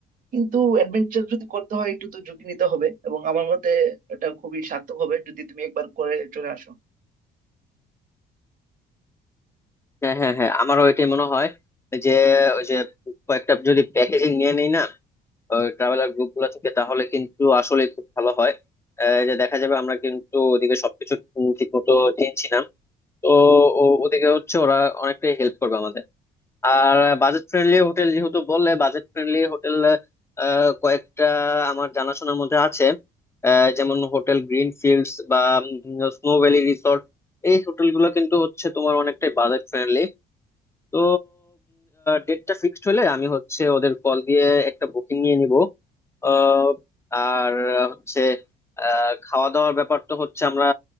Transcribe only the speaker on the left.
হ্যাঁ হ্যাঁ হ্যাঁ আমারও এটাই মনে হয় যে ওই যে কয়েকটা যদি প্যাকেজিং নিয়ে নিই না ট্রাভেলার গ্রুপ গুলো থেকে তাহলে কিন্তু আসলে খুব ভালো হয় আহ, যে দেখা যাবে আমরা কিন্তু ওদিকে সবকিছু ঠিক মতো চিনছি না তো ও- ওদিকে হচ্ছে ওরা অনেকটাই হেল্প করবে আমাদের আর বাজেট ফ্রেন্ডলি হোটেল যেহেতু বললে বাজেট ফ্রেন্ডলি হোটেল কয়েকটা আমার জানাশোনার মধ্যে আছে আহ, যেমন হোটেল গ্রিন ফিল্ডস বা স্নো ভ্যালি রিসর্ট এই হোটেলগুলো কিন্তু হচ্ছে তোমার অনেকটাই বাজেট ফ্রেন্ডলি তো ডেটটা ফিক্সড হলে আমি হচ্ছে ওদের কল দিয়ে একটা বুকিং নিয়ে নিব আহ, আর হচ্ছে আহ, খাওয়া দাওয়ার ব্যাপার তো হচ্ছে আমরা